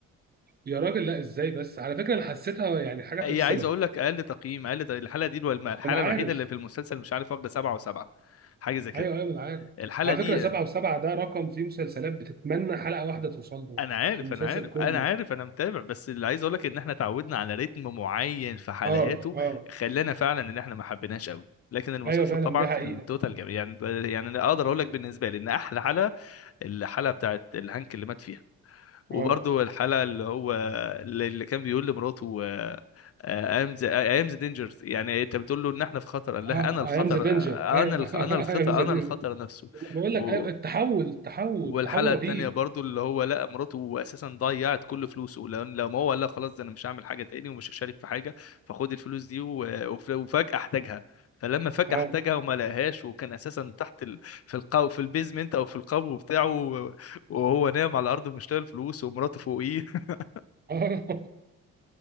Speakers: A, on the right; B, on the left.
A: <laughs> يا راجل لا ازاي بس على فكرة انا حسيتها يعني حاجة
B: هي
A: تفصلك
B: عايز اقول لك اقل تقييم اقل تق- الحلقه دي الو- الحلقه
A: انا عارف
B: الوحيده اللي في المسلسل مش عارف واخده سبعه وسبعه حاجه زي كده
A: ايوه ايوه انا عارف
B: الحلقه
A: على
B: دي
A: فكرة سبعة وسبعة ده رقم في مسلسلات بتتمنى حلقة واحدة توصل له
B: انا عارف
A: في المسلسل
B: انا عارف
A: كله
B: انا عارف انا متابع بس اللي عايز اقول لك ان احنا اتعودنا على رتم معين في حلقاته
A: اه اه
B: خلانا فعلا ان احنا ما حبيناش قوي لكن المسلسل
A: ايوه فعلا
B: طبعا
A: دي حقيقة
B: في التوتال جميل يعني يعني انا اقدر اقول لك بالنسبه لي ان احلى حلقه الحلقه بتاعت الهانك اللي مات فيها وبرضه
A: اه
B: الحلقه اللي هو اللي اللي كان بيقول لمراته ايام ذا ايام ذا دينجرز يعني انت بتقول له ان احنا في خطر قال لها
A: اه
B: انا الخطر
A: ايام ذا دينجر
B: انا
A: ايوه
B: الخ...
A: <laughs>
B: انا الخطر
A: ايام ذا
B: انا
A: دينجر
B: الخطر نفسه
A: بقول لك
B: و...
A: ايوه التحول التحول
B: والحلقه
A: تحول رهيب
B: التانيه برضو اللي هو لقى مراته اساسا ضيعت كل فلوسه لو لو ما هو قال لها خلاص ده انا مش هعمل حاجه تاني ومش هشارك في حاجه فخد الفلوس دي و- وف- وفجاه احتاجها فلما فجاه
A: اه
B: احتاجها وما لقاهاش وكان اساسا تحت ال... في القو في البيزمنت او في القبو بتاعه و- وهو نايم على الارض مش لاقي الفلوس ومراته فوقيه <laughs>
A: اه